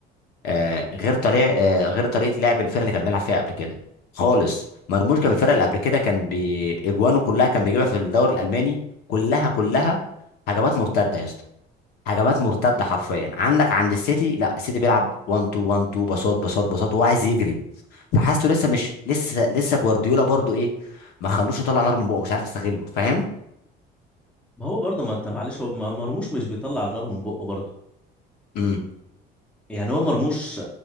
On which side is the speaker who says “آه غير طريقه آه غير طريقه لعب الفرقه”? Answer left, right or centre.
Left